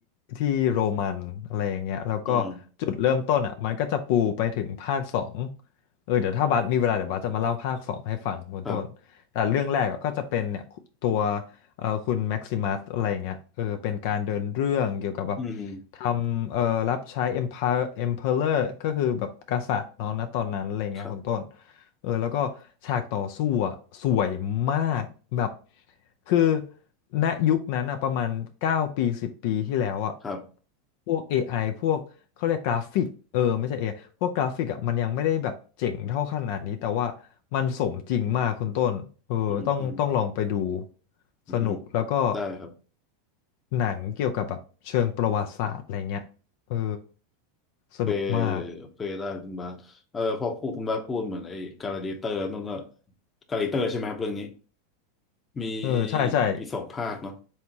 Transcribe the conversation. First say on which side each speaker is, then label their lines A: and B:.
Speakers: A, on the left (about 65°); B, on the left (about 20°).
A: ที่โรมันอะไรอย่างเงี้ยแล้วก็จุดเริ่มต้นอ่ะมันก็จะปูไปถึงภาคสอง
B: เออ
A: เออเดี๋ยวถ้าบาสมีเวลาเดี๋ยวบาสจะมาเล่าภาคสองให้ฟังคุณต้นแต่เรื่องแรกอะก็จะเป็นเนี่ยตัว
B: ครับ
A: เอ่อคุณแม็กซิมัสอะไรอย่างเงี้ยเออเป็นการเดินเรื่องเกี่ยวกับแบบ
B: อืม
A: ทำเอ่อรับใช้ Empire Emperor ก็คือแบบกษัตริย์เนาะณตอนนั้นอะไรอย่างเงี้ยคุณต้น
B: ครับ
A: เออแล้วก็ฉากต่อสู้อ่ะสวยมากแบบคือณยุคนั้นอ่ะประมาณ9ปี10ปีที่แล้วอ่ะ
B: ครับ
A: พวก AI พวกเขาเรียกกราฟิกเออไม่ใช่เอไอพวกกราฟิกอ่ะมันยังไม่ได้แบบเจ๋งเท่าขนาดนี้แต่ว่ามันสมจริงมากคุณต้นเออต้องต้องลองไปดู
B: อืมอืมอืม
A: สนุกแล้วก็
B: ได้ครับ
A: หนังเกี่ยวกับแบบเชิงประวัติศาสตร์อะไรเงี้ยเออสนุกมาก
B: เคยเคยได้คุณบาสเออพอพูดคุณบาสพูดเหมือนไอ้การาเดิเตอร์นั่นก็การาเดิเตอร์ใช่ไหมครับเรื่องนี้มี
A: เออใช่ใช่
B: มีสองภาคเนาะ